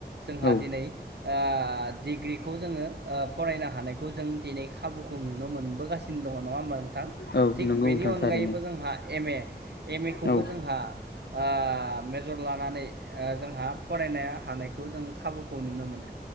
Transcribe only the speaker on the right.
जोंहा
दिनै ओ डिग्रिखौ जोङो ओ फरायनो हानायखौ जों दिनै खाबुखौ नुनो मोनबोगासिनो दङ नङा होनबा नोंथां
थिग
बेनि
अनगायैबो
जोंहा एम ए एम ए खौबो
जोंहा ओ मेजर लानानै ओ जोंहा फरायनो हानायखौ जों खाबुखौ नुनो मोनो